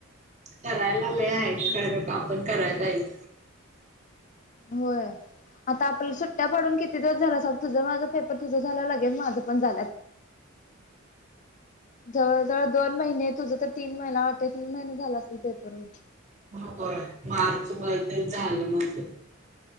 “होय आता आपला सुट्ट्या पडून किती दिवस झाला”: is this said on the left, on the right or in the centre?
Left